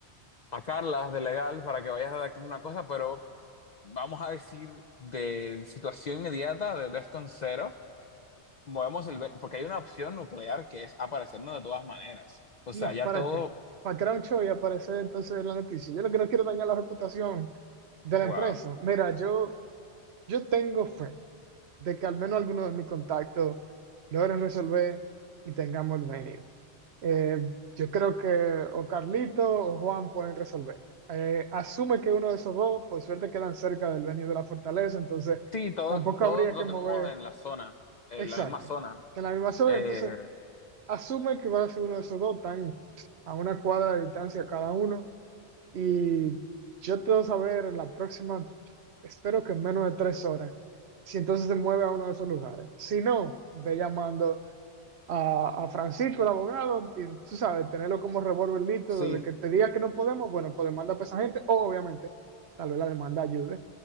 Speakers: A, on the left; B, on the right.
A: a Carla de legal para que vayas redactando una cosa, pero vamos a decir de situación inmediata, de DEFCON cero, movemos el... ve- Porque hay una opción nuclear que es aparecernos de todas maneras. O
B: No,
A: sea, ya
B: ¿para
A: todo,
B: qué? Para crear un show y aparecer entonces en la noticia. Yo lo que no quiero dañar la reputación de la
A: wow.
B: empresa. Mira, yo Yo tengo fe de que al menos algunos de mis contactos logren resolver y tengamos el venue. Eh, yo creo que o Carlito o Juan pueden resolver. Eh, asume que uno de esos dos, por suerte, quedan cerca del venue de la fortaleza, entonces
A: Sí, todo,
B: tampoco
A: todo
B: habría
A: lo
B: que mover.
A: tenemos en la zona, en
B: Exacto.
A: la misma zona.
B: En la misma zona,
A: Eh,
B: entonces asume que va a ser uno de esos dos, tan a una cuadra de distancia cada uno. Y yo te voy a saber en la próxima, espero que en menos de tres horas, si entonces se mueve a uno de esos lugares. Si no, ve llamando a, a Francisco, el abogado, y tú sabes, tenerlo como revólver listo,
A: sí,
B: desde que te diga que no podemos, bueno, pues demanda a esa gente, o obviamente, tal vez la demanda ayude